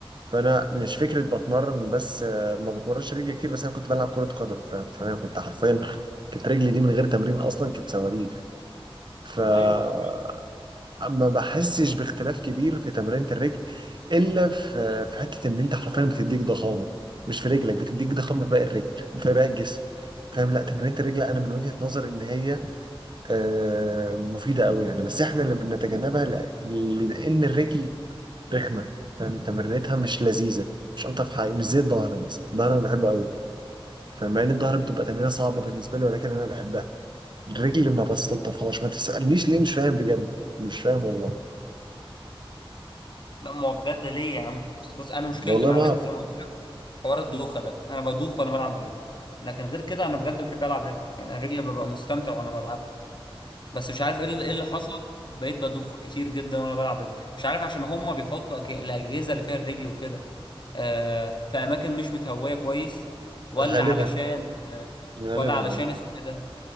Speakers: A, on the right; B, on the left.
A: فانا مش فكره بتمرن بس آه، ما بتمرنش رجلي كتير بس انا كنت بلعب كره قدم فاهم فانا كنت حرفيا كانت رجلي دي من غير تمرين اصلا كانت صواريخ فما
B: ايوه طبيعي
A: بحسش باختلاف كبير في تمرينة الرجل الا في في حته ان انت حرفيا بتديك ضخامه مش في رجلك بتديك ضخامه في باقي الرجل في باقي الجسم فاهم لا تمرينة الرجل انا من وجهه نظري ان هي آه مفيده قوي يعني بس احنا اللي بنتجنبها لأ- لان الرجل رخمه فاهم تمرينتها مش لذيذه مش الطف حاجه مش زي الظهر بس الظهر انا بحبه قوي فمع ان الظهر بتبقى تمرينه صعبه بالنسبه لي ولكن انا بحبها الرجل ما بستلطفهاش ما تسالنيش ليه مش فاهم بجد مش فاهم والله
B: لا ما هو بجد ليه يا عم بس بص انا مشكلتي
A: والله
B: مع
A: ما
B: الرجل
A: اعرف
B: زي ما قلت لك حوار الدوخة ده انا بدوخ وانا بلعب الرجل لكن غير كده انا بجد بحب العب رجل يعني الرجل ببقى مستمتع وانا بلعب بس مش عارف ايه اللي إيه اللي حصل بقيت بدوخ كتير جدا وانا بلعب رجل مش عارف عشان هما بيحطوا أج- الاجهزة اللي فيها الرجل وكده آه في اماكن مش متهوية كويس ولا
A: غالبا
B: علشان آه
A: غالبا
B: ولا علشان
A: اه
B: اسمه كده